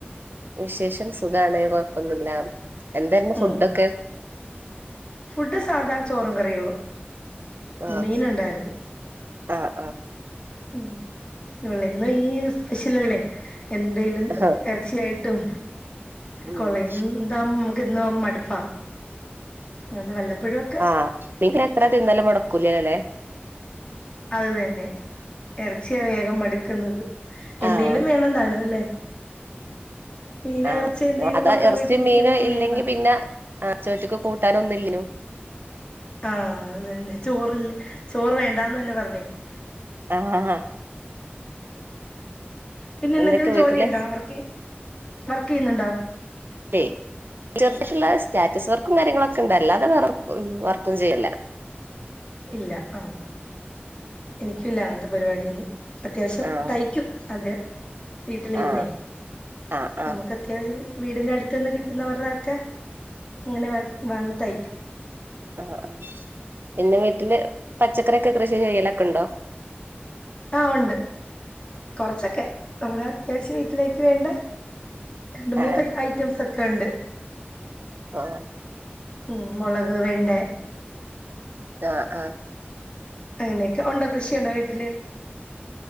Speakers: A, on the right; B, on the left.
A: വിശേഷം സുഖാണ് കൊഴപ്പൊന്നുല്ല എന്തായിരുന്നു
B: ഉം
A: ഫുഡൊക്കെ
B: ഫുഡ് സാധാ ചോറും കറികളും
A: ആഹ്
B: മീനുണ്ടായിരുന്നു
A: ആഹ്
B: ഉം ഉള്ള ഇന്നും
A: ആഹ്
B: ഈ സ്പെഷ്യലല്ലേ എന്തെലും
A: ആഹ്
B: എർച്ചിയായിട്ടും
A: ഉം
B: കൊള്ള എന്താ മ്മക്ക് ഇന്ന് മടുപ്പാ അതണ്ട് വല്ലപ്പോഴും
A: ആഹ് പിന്നെ എത്ര തിന്നലും മുടക്കൂലല്ലേ
B: അത് തന്നെ ഇറച്ചിയാ വേഗം മടുക്കുന്നത് എന്തെലും
A: ആഹ്
B: വേണം താനും അല്ലേ മീനോ
A: ആഹ്
B: ഇറച്ചിയോ എന്തേലും
A: അതാ
B: മക്കള്
A: ഇറച്ചിയും
B: വീട്ടിൽ നിക്കുമ്പം
A: മീനും ഇല്ലെങ്കി
B: വേണം
A: പിന്നെ ആ ചോറ്റക്ക് കൂട്ടാനന്നുംല്ലനും
B: ആഹ് അതന്നെ ചോറില്ലേ ചോറ് വേണ്ടാന്ന് തന്നെ പറഞ്ഞേക്കും
A: ആഹ്
B: പിന്നെ എന്തെന്തെങ്കിലും
A: എന്തൊക്കെ
B: ജോലി
A: വീട്ടില്
B: ഉണ്ടോ വർക്ക് വർക്ക്യ്യുന്നുണ്ടോ
A: ഏയ് ചെർതുള്ള സ്റ്റാറ്റസ് വർക്കും കാര്യങ്ങളൊക്കെ ഇണ്ടല്ലാതെ വേറെ വർക്കൊന്നും ചെയ്യല്ല
B: ഇല്ല ആഹ് എനിക്കുംല്ല അങ്ങനത്തെ പരിപാടിയൊന്നും അത്യാവശ്യം
A: ആഹ്
B: തയ്ക്കും അതെ വീട്ടിലിരുന്നേ
A: ആഹ് ആഹ് ആഹ്
B: നമുക്ക് അത്യാവശ്യം വീടിന്റെ അടുത്ത് അട്ത്ത്ന്ന് കിട്ടുന്നവരുടെയൊക്കെ അങ്ങനെ വ വാങ്ങി തയ്ക്കും
A: ആഹ് ആഹ് പിന്നെ വീട്ടില് പച്ചക്കറിയൊക്കെ കൃഷി ചെയ്യലൊക്കെണ്ടോ
B: ആഹ് ഉണ്ട് കൊറച്ചൊക്കെ നമ്മളെ അത്യാവിശ്യം വീട്ടിലേക്ക് വേണ്ടെ രണ്ട് മൂന്ന്
A: ആഹ്
B: തൈ ഐറ്റംസൊക്കെ ഉണ്ട്
A: ആഹ്
B: ഹ്മ്മ് മുളക്, വെണ്ടേ
A: ആഹ് ആഹ്
B: അങ്ങനെയൊക്കെ ഉണ്ടോ കൃഷിയുണ്ടോ വീട്ടില്